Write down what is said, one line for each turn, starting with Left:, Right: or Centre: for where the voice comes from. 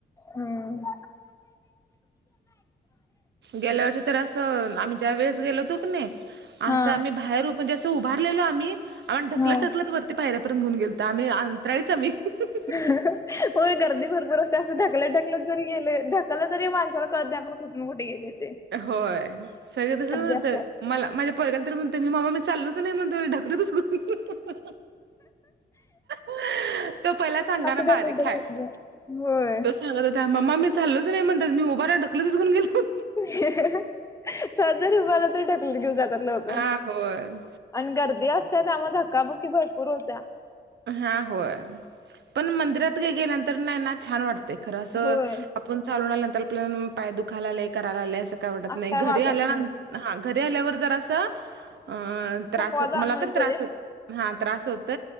Left: हम्म
Right: गेल्या वर्षी तर असं आम्ही ज्या वेळेस गेलो होतो की नाही असं
Left: हा
Right: आम्ही बाहेर उभ म्हणजे असं उभारलेल आम्हीम ढकलत
Left: हा
Right: ढकलत वरती पायऱ्यार्ंत घेऊन गेलो आम्ही अंतराळीच आम्ही हाह
Left: हह्ह्हहहह होय गर्दी भरपूरते असं ढकलत ढकलत जरी गेले ढकलं तरी माणसाला कळत नाही आपण कुठून कुठे गेलोय.
Right: होय सगळं तसच होत,
Left: असते
Right: मला माझा पोरगा तर म्हणतो मी चालोच नाही. म्हणतो ढकलत च ह्ह्हहहह हीह्ह्चं तो पहिलाच आंगाण
Left: असं
Right: बारीक
Left: ढकलत ढकलत
Right: हाय.
Left: होय
Right: सांगत होता, ममा मी चालोच नाही म्हणतात मी उभा राहिलो ढकलतच घेऊन गेलो.
Left: हाह ही सहज जरी उभा राहील तर ढकलत घेऊन जातात लोक.
Right: हा होय
Left: आणि गर्दी असते त्यामुळे धक्काबुकी भरपूर होते.
Right: हा होय पण मंदिरात गेल्यांतर नाही ना छान वाटत खर असं
Left: होय
Right: पण चालून आल्या नंतर आपल्याला पाय दुखायला आलेय करायला आलेय असं काय वाटत
Left: असं
Right: नाही
Left: काय वाटत
Right: घरी आल्यांत
Left: नाही
Right: हा घरी आल्यावर जर असं अ त्रास
Left: थकवा
Right: हो
Left: जाणवतोय.
Right: मला तर त्रास होत हा त्रास होत